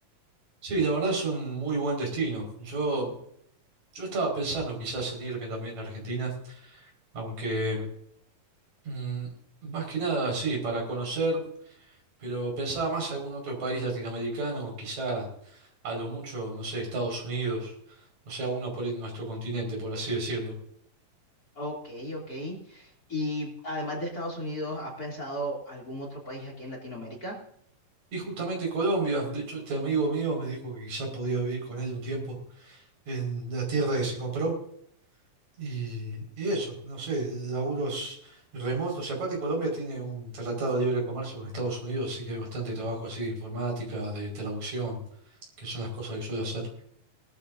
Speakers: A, on the right; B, on the left.
A: Sí, la verdad es un muy buen destino. Yo, yo estaba pensando quizás en irme también a Argentina. Aunque, mm, más que nada, sí, para conocer, pero pensaba más algún otro país latinoamericano, quizá a lo mucho, no sé, Estados Unidos, o sea, uno por en nuestro continente, por así decirlo.
B: Ok, ok. Y además de Estados Unidos, ¿has pensado algún otro país aquí en Latinoamérica?
A: Y justamente Colombia, de hecho, este amigo mío me dijo que quizá podía vivir con él un tiempo en la tierra que se compró. Y, y eso, no sé, laburos remotos. Y aparte Colombia tiene un tratado de libre comercio con Estados Unidos, así que hay bastante trabajo así de informática, de traducción, que son las cosas que suelo hacer.